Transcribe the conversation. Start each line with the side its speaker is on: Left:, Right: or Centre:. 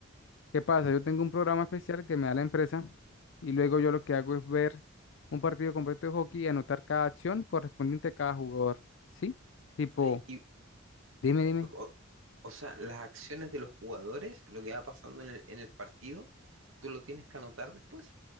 Left: ¿Qué pasa? Yo tengo un programa especial que me da la empresa y luego yo lo que hago es ver un partido completo de hockey y anotar cada acción correspondiente a cada jugador. ¿Sí? Tipo,
Right: Eh, Y
Left: dime, dime.
Right: o, o sea, las acciones de los jugadores, lo que va pasando en el, en el partido, ¿tú lo tienes que anotar después?